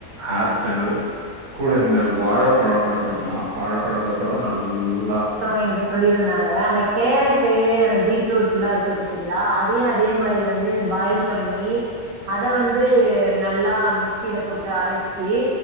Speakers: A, on the right; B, on the right.
A: ஆப்பிள் கூட இந்த வாழைப்பழம். கூட குடுக்கலா வாழைப்பழத்தை கூட நல்லா
B: ஒருத்தவங்க என்கிட்ட சொல்லியிருந்தாங்க. அந்த கேரட்டு அந்த பீட்ரூட்ல்லா இருக்கு பாத்தீங்களா அதையு அதே மாதிரி வந்து பாயில் பண்ணி அத வந்து நல்லா மிக்சில போட்டு அரைச்சு.